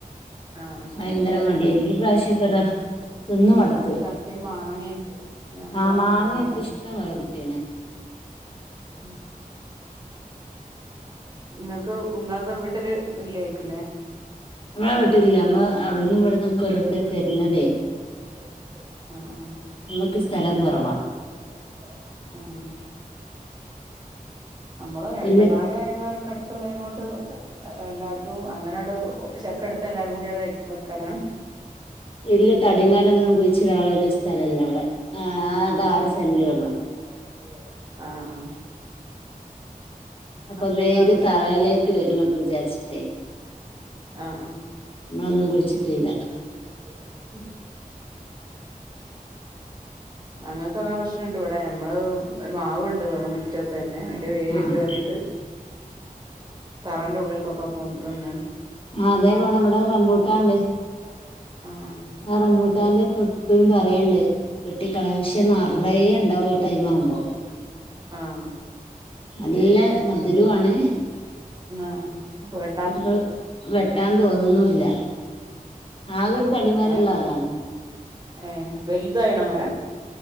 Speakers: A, on the right; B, on the left.
A: ആഹ് ആഹ്
B: ഭയങ്കര മടിയനി ഇപ്രാവശ്യ കഥതിന്ന
A: ഇപ്രാവശ്യം
B: മടുത്തു
A: ചക്കിം മാങ്ങിം നല്ലോ
B: ആഹ മാങ്ങയൊക്കെ
A: നല്ലോണം ഇണ്ടായിനി
B: ഇഷ്ടം പോല കിട്ടീന്നു
A: ഉം ഇങ്ങക്ക് ഇങ്ങൾടെ വീട്ടില് ഇല്ല്യേയ്ക്കുലെ
B: നമ്മളെ വീട്ടില്ല നമ്മ അവിടന്നും
A: നമ്മളെ
B: ഇവിടന്നൊക്കെ
A: വീട്ടില്ല
B: ഓരോരുത്തര്
A: നമ്മള് അവിടന്നുംഇവിട്ന്നും
B: തരുന്നതേ
A: ഓരോര്ത്തല് തര്നതേ ആഹ്
B: നമ്മക്ക് സ്ഥലംകുറവാ
A: ക്ക് സ്ഥലം കുറവാ അ ആഹ് നമ്മള് ഏട്ടന്മാരും
B: വല്യ
A: അനിയമാരൊക്കെ അടുത്തുള്ളേയ്നോണ്ട് എല്ലാര്തും അങ്ങനട് ചക്കട്ത്ത് എല്ലാരുംകൂടീയാണ്ട് വെക്കലാണ്
B: ഇല്ല തടിമാരൊന്നും കുഴിച്ചിടാള്ളൊര് സ്ഥലല്ലവിടെ ആകെ ആറ് സെന്റെള്ളു
A: തല്ലേലെ ആഹ് ആഹ്
B: അപ്പൊ
A: ഹസ്ബന്റ്
B: വേര്
A: നാട്ടിലില്ലേ
B: തറയിലേക്ക് വരുന്നൊക്കെ വിചാരിച്ചിട്ടെ
A: ആഹ്
B: മ്മളൊന്നും കുഴിച്ചിട്ടീല്ല
A: ഒന്നും കുയ്ച്ചിട്ടീല്ല ഉം അങ്ങൾക്ക് അങ്ങനെ പ്രശ്നണ്ട്ഇവടെ നമ്മള് ഒരു മാവുണ്ട് ഇവടെ മുറ്റത്തന്നെ അതിന്റെ വേര്കേറി
B: ആഹ്
A: ട്ട് തറന്റെ ഉള്ളിൽക്കൊക്കെ പോ വന്ന്ണ്
B: ആ അതേ പോണം ഇവിടെ റംബൂട്ടാണ്ട്
A: മ്പുട്ടാണ്ട് ആഹ്
B: ആ റമ്പൂട്ടാന്റെ പ്പെപ്പും പറയണ്ട് വെട്ടിക്കളയാൻ
A: വെട്ടി
B: നിറയെ
A: കളയാൻ പക്ഷെ നെറയെണ്ടാവും
B: ഉണ്ടാവും ഈ ടൈം ആവുമ്പോ
A: തൈകാണുമ്പം ആഹ്
B: നല്ല മധുരുആണ്
A: രുവാണ് ഉം ആഹ് ആഹ് പ്പ
B: അപ്പൊ വെട്ടാൻ തോന്നുന്നുല്ല ആകെ ഒരു തടിമരള്ള
A: ആഹ് ഏഹ്
B: അതാണ്
A: ഏ വലുതായിണ മരം